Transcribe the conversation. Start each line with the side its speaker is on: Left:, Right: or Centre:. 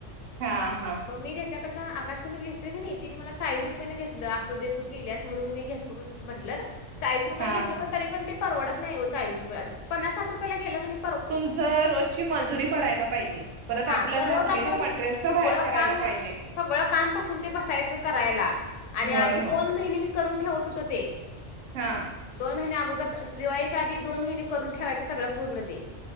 Right: हा हा
Left: मी जच्याकडन आकाश कंदिल घेतोय किनाई तिने मला चाळीस रुपयांन घेतलं असू देेत तू केल्यास म्हणून मी घेत तुम्ही म्हंटल्या ना. चाळीस रुपयान
Right: हा
Left: घेतलं
Right: हा
Left: का तरी पण ते परडतं नाही ओ चाळीस रुपया आज पन्नास साठ रुपयाला गेलं का नाय
Right: तुमचं रोजची मजुरी पडायला पाहिजे. परत
Left: हा
Right: आपलं
Left: दररोज
Right: घातलेलं
Left: आपण
Right: मटेरियलचं
Left: सगळं
Right: बाहेर पडायला
Left: काम
Right: पाहिजे.
Left: सगळं काम टाकून ते बसायचं करायला आणि
Right: होय
Left: आधी
Right: होय.
Left: दोन महिने मी करून ठेवतं होतो ते
Right: हा
Left: दोन महिने अगोदर दिवाळीच्या आधी दोन महिने करून ठेवायचं सगळं पूर्ण ते